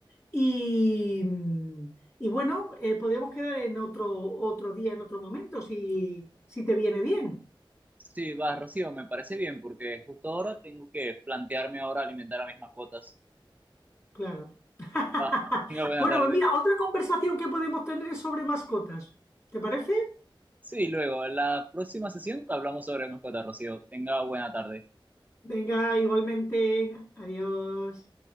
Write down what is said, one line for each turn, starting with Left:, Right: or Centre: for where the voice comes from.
Left: y, y bueno, eh, podríamos quedar en otro, otro día, en otro momento, si, si te viene bien.
Right: Sí, va, Rocío, me parece bien porque justo ahora tengo que plantearme ahora alimentar a mis mascotas.
Left: Claro. <laughs>
Right: Va, tenga buena
Left: Bueno,
Right: tarde.
Left: pues mira, otra conversación que podemos tener es sobre mascotas. ¿Te parece?
Right: Sí, luego, en la próxima sesión hablamos sobre mascotas, Rocío. Tenga buena tarde.
Left: Venga, igualmente. Adiós.